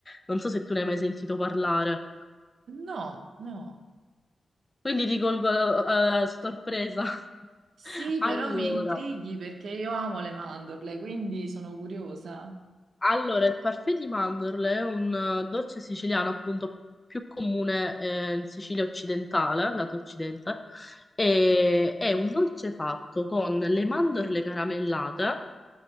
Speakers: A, on the left; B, on the right.
A: Non so se tu ne hai mai sentito parlare.
B: No, no.
A: Quindi ti colgo eh, a sorpresa. <laughs>
B: Sì,
A: Allora,
B: però mi intrighi perché io amo le mandorle, quindi sono curiosa.
A: Allora, il parfait di mandorle è un eh, dolce siciliano appunto più comune eh, in Sicilia occidentale, lato occidente, e è un dolce fatto con le mandorle caramellate